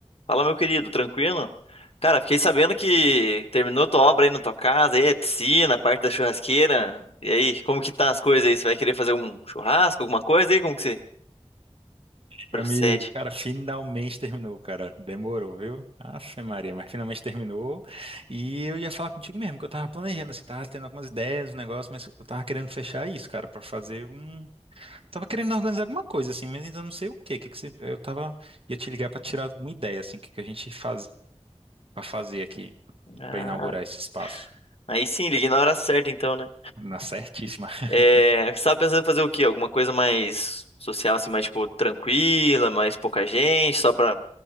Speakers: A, on the left; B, on the right.
A: Fala, meu querido, tranquilo? Cara, fiquei sabendo que terminou tua obra aí na tua casa, aí é piscina, a parte da churrasqueira. E aí, como que tá as coisas aí? Você vai querer fazer um churrasco, alguma coisa aí? Como que você procede?
B: Meu amigo, cara, finalmente terminou, cara. Demorou, viu? Afe Maria, mas finalmente terminou. E eu ia falar contigo mesmo, que eu tava planejando, assim, tava tendo algumas ideias, um negócio, mas eu tava querendo fechar isso, cara, pra fazer um. Tava querendo organizar alguma coisa, assim, mas ainda não sei o quê. Que que você... Eu tava. Ia te ligar pra tirar alguma ideia, assim, o que que a gente faz pra fazer aqui,
A: Ah,
B: pra inaugurar esse espaço.
A: aí sim, liguei na hora certa então, né?
B: Na certíssima. <laughs>
A: É, você tava pensando em fazer o quê? Alguma coisa mais social, assim, mais tipo tranquila, mais pouca gente, só pra